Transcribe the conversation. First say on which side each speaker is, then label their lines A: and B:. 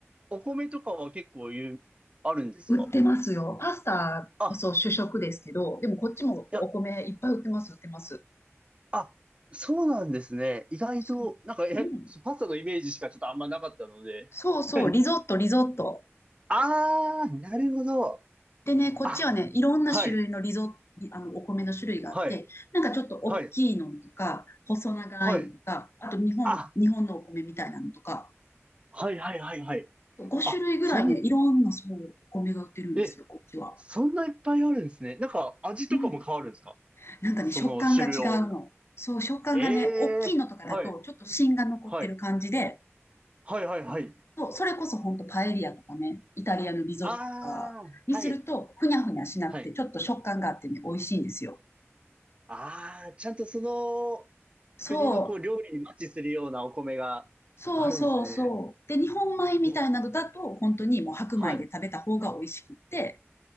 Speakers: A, on the right (about 25°); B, on the left (about 60°).
A: う、お米とかは結構言う、あるんですか
B: 売ってますよ。パスタこそ主食ですけど、
A: あ、
B: でもこっちもお米いっぱい売ってます、
A: いや、
B: 売ってます。
A: あ、そうなんですね。意外と、
B: そ
A: なんか、え、
B: う。うん。
A: そうパスタのイメージしかちょっとあんまなかったので。
B: そうそう、
A: <laughs>
B: リゾット、リゾット。
A: あー、なるほど。
B: でね、こっちはね、
A: あ、
B: いろんな種類のリゾ、
A: はい、
B: あの、お米の種類があって、
A: はい、
B: なんかちょっと大きいのとか、
A: はい、
B: 細長いのとか、
A: はい。
B: あと日本、
A: あ、
B: 日本のお米みたいなのとか、
A: はい、はい、はい、はい。
B: 5種類ぐらいね、
A: あ、そん、
B: いろんなそう、お米が売ってるんですよ、
A: え、
B: こっちは。
A: そんないっぱいあるんですね。なんか、味とかも変わるんですか
B: うん。なんかね、
A: その種類を。
B: 食感が違うの。そう、食感がね、
A: え
B: 大きいのとかだと、
A: えー、はい、
B: ちょっと芯が残ってる感じで、
A: はい、はい、はい、はい。
B: そう、それこそほんとパエリアとかね、イタリアのリゾットとかにすると、
A: あー、はい、
B: ふにゃふにゃしなくて、
A: はい。
B: ちょっと食感があってね、美味しいんですよ。
A: ああ、ちゃんとその
B: そう、
A: 国のこう料理にマッチするようなお米があるんですね。
B: そうそうそう。で、日本米みたいなのだと、
A: え、
B: 本当にもう白米で食べた方が美味しくって、
A: はい、